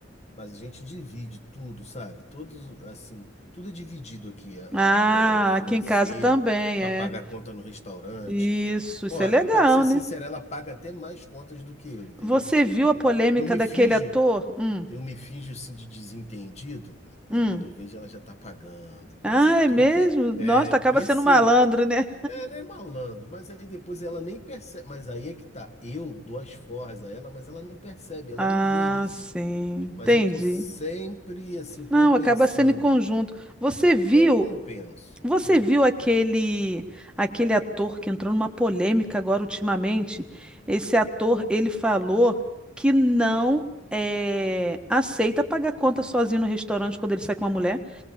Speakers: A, on the left; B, in the centre.
A: Mas a gente divide tudo, sabe? Todos, assim, tudo é dividido aqui, a,
B: Ah,
A: a grana, financeiro,
B: aqui em casa também,
A: para
B: é.
A: pagar conta no restaurante,
B: Isso, isso
A: Ó,
B: é
A: é,
B: legal,
A: pra te ser sincero,
B: né?
A: ela paga até mais contas do que eu, entendeu?
B: Você viu a
A: E-
B: polêmica
A: Eu me
B: daquele
A: finjo,
B: ator? Hum,
A: eu me finjo assim de desentendido, aí
B: hum.
A: quando eu vejo ela já tá pagando,
B: Ah,
A: mas eu tô,
B: é mesmo?
A: pe-
B: Nossa,
A: é, eu
B: acaba
A: percebo.
B: sendo malandro, né?
A: É, ela é malandro, mas aí depois ela nem percebe, mas aí é que tá, eu dou as forras a ela, mas ela não percebe, ela
B: Ah,
A: não vê isso.
B: sim, entendi.
A: Mas eu tô sempre assim
B: Não,
A: compensando.
B: acaba sendo em conjunto. Você viu
A: Eu compenso.
B: Você
A: Hum.
B: viu aquele aquele ator que entrou numa polêmica agora ultimamente? Esse ator, ele falou que não eh, aceita pagar conta sozinho no restaurante quando ele sai com uma mulher,